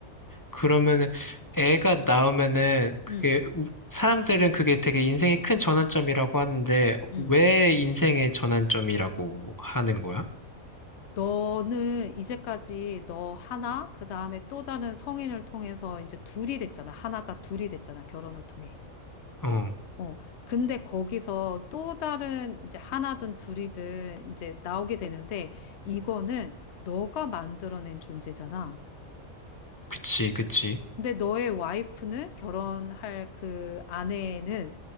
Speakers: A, on the left; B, on the left.
A: 그러면은 애가 나오면은 그게
B: 음,
A: 우- 사람들은 그게 되게 인생의 큰 전환점이라고 하는데
B: 음.
A: 왜 인생의 전환점이라고 하는 거야?
B: 너는 이제까지 너 하나, 그 다음에 또 다른 성인을 통해서 이제 둘이 됐잖아. 하나가 둘이 됐잖아. 결혼을 통해.
A: 어,
B: 어, 근데 거기서 또 다른 이제 하나든 둘이든 이제 나오게 되는데 이거는 너가 만들어낸 존재잖아.
A: 그치, 그치.
B: 근데 너의 와이프는 결혼할 그 아내는